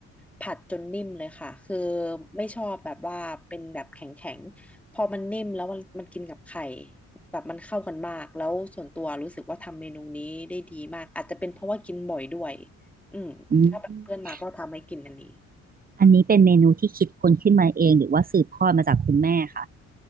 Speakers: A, in the centre; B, on the right.
A: ผัดจนนิ่มเลยค่ะคือไม่ชอบแบบว่าเป็นแบบแข็งๆพอมันนิ่มแล้วมันมันกินกับไข่แบบมันเข้ากันมากแล้วส่วนตัวรู้สึกว่าทำเมนูนี้ได้ดีมากอาจจะเป็นเพราะว่ากินบ่อยด้วยอืมถ้าแบบเพื่อนมาก็ทำให้กินอันนี้
B: อืมอันนี้เป็นเมนูที่คิดค้นขึ้นมาเองหรือว่าสืบทอดมาจากคุณแม่คะ